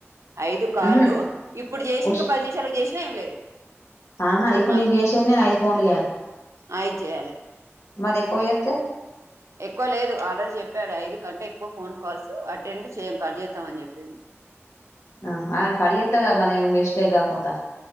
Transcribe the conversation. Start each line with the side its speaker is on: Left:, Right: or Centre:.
Right: ఐదు కాళ్ళు
Left: ఉహు
Right: ఇప్పుడు చేసి
Left: ఉష్
Right: ఇంకా పది నిమిషాల చేసినా ఏం లేదు.
Left: ఆహా ఇప్పుడు
Right: నాకు
Left: నీకు చేసేటి నేను ఐదు ఫోన్లు
Right: అఐదు చెయాలె.
Left: మరెక్కువ చేత్తే
Right: ఎక్కువ లేదు ఆల్రడీ చెప్పాడు ఐదు కంటే ఎక్కువ ఫోన్ కాల్స్ అటెండ్ చేయక్ కట్ చెత్తం అని చెప్పిండు.
Left: ఆహ ఆ కడిగెత్తరు గద మన ఏం మిస్టేగ్గాకుండా?